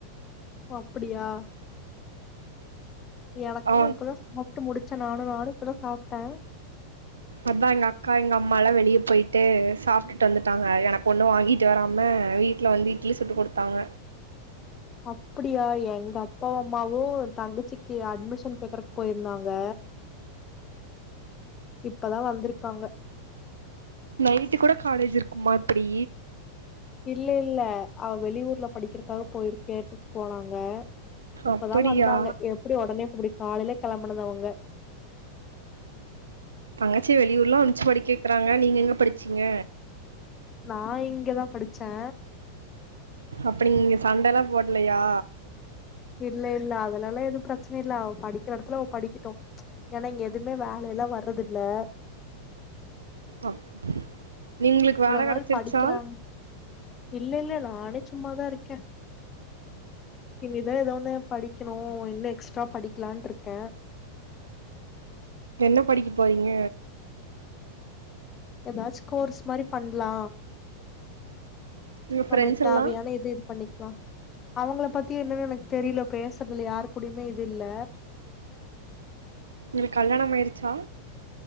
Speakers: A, on the left; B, on the right.
A: ஒ அப்புடியா எனக்கு
B: ஆ
A: இப்பதா சாப்ட்டு முடிச் ச நானு நானு இப்பதா சாப்ட்ட
B: அதா எங்க அக்கா எங்க அம்மாலா வெளிய போயிட்டு சாப்பிட்டுட்டு வந்துட்டாங்க எனக் ஒன்னு வாங்கிட்டு வராம வீட்ல வந்து இட்லி சுட்டு குடுத்தாங்க
A: அப்புடியா எங்க அப்பாவு அம்மாவு தங்கச்சிக்கு அட்மிஷன் கேக்கறக்கு போயிருந்தாங்க இப்பதா வந்துருக்காங்க
B: நைட்டு கூட காலேஜ் இருக்குமா இப்புடி
A: இல்ல இல்ல அவ வெளியூர்ல படிக்கிறக்காக போயிருக்கேட்டு போனாங்க இப்பதா
B: அப்படியா
A: வந்தாங்க எப்டி ஒடனே புடிக் காலைல கிளம்புனது அவுங்க
B: தங்கச்சி வெளியூர்லா அம்ச்சு படிக்க வக்றாங்க நீங்க எங்க படிச்சீங்க
A: நா இங்கதா படிச்சே
B: அப்டி நீங்க சண்டைல்லா போட்லயா
A: இல்ல இல்ல அதுலல்லா எது ப்ர ரச்சின இல்ல அவ படிக்கிற எடத்துல அவ படிக்கிட்டு ஏன்னா இங்க எதுவுமே வேல எல்லா வர்றது இல்ல
B: அப் நீங்களுக்கு வேல
A: நாள்
B: கெடச்சிருச்சா
A: படிக்கிறாங்க இல்ல இல்ல நானே சும்மாதா இருக்கே இனிதா ஏதோண்ணே படிக்கணு இன்னு எக்ஸ்ட்ரா படிக்கலான்ருக்க
B: என்ன படிக்க போறீங்க
A: ஏதாச்சு கோர்ஸ் மாரி பண்ணலா
B: உங்க
A: நம்மளுக்கு
B: ஃப்ரெண்ட்ஸ்
A: தேவையான
B: எல்லா
A: இது இது பண்ணிக்கலா அவங்கள பத்தி என்னன்னு எனக்கு தெரியல பேசுறதுல யாருக்குடியுமே இது இல்ல
B: உங்களுக்கு கல்யாணம் ஆயிருச்சா